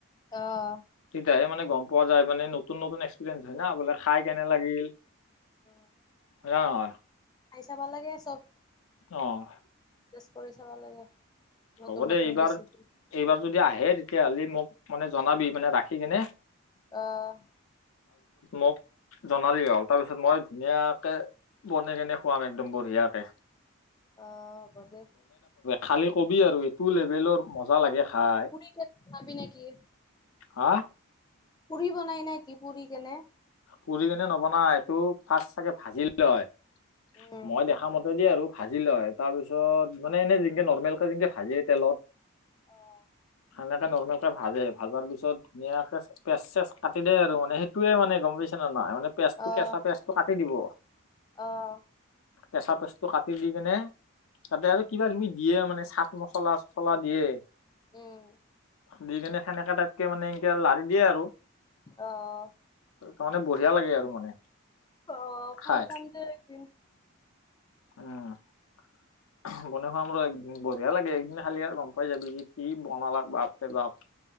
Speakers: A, on the left; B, on the left.
A: আহ,
B: তেতিয়াহে মানে গ'ম পোৱা যায়, মানে নতুন নতুন এক্সপিৰিয়েঞ্চ হয় না বোলে খাই কেনে লাগিল।
A: <inaudible>
B: নয়।
A: খাই চাব লাগে চব।
B: অ'।
A: তেছ কৰি চাব লাগে। নতুন
B: হ'ব দে
A: নতুন
B: এইবাৰ
A: ৰেচিপি
B: এইবাৰ যদি আহে তেতিয়াহ'লে মোক মানে জনাবি মানে ৰাখি কেনে
A: আহ।
B: মুক জনালি হ'ল তাৰপিছত মই ধুনীয়াকে বনাই কেনে খুৱাম একদম বঢ়িয়াকে।
A: অ' হব দে।
B: খালী কবি আৰু এইটো লেভেলৰ মজা লাগে। খাই
A: পুৰি ঠেত খুৱাবি নেকি।
B: হা?
A: পুৰি বনাই নে কি পুৰি কেনে?
B: পুৰি কিনে নবনাই এইটো ফাৰ্ষট চাগে ভাজিল লয়
A: উম
B: মই দেখা মতে দে আৰু। ভাজি লয় তাৰপিছত মানে এনে যেনকে নৰ্মেলকে যেকে ভাজে তেলত।
A: আহ।
B: সেনেকৈ নৰ্মেলকৈ ভাজে ভাজাৰ পিছত ধুনীয়াকৈ পেচ চেচ কাটি দে আৰু মানে সেইটোৱে মানে গম পাইছ খেন নাই মানে পেজটো
A: আহ
B: কেঁচা পেজটো কাটি দিব।
A: আহ
B: কেঁচা পেচটো কাটি দি কিনে তাতে আৰু কিবা কিবি দিয়ে মানে চাট মছলা চচলা দিয়ে।
A: উম।
B: দি কিনে সেনেকা টাইপকে মানে এনকে লাৰি দিয়ে আৰু।
A: আহ।
B: তাৰ মানে বঢ়িয়া লাগে আৰু মানে।
A: অ' খাইছাম
B: খাই
A: দে একদিন।
B: উম। বনাই খোৱা আমাৰ একদিন বঢ়িয়া লাগে একদিন খালি আৰু গম পাই যাবি যে কি বনালাক বাৰে বাপ।